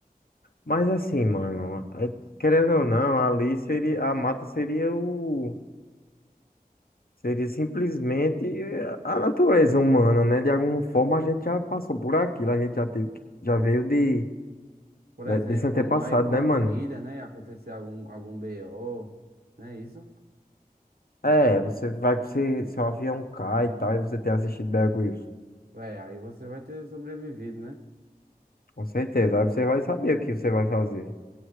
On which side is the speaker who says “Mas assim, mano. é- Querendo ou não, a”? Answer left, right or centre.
Left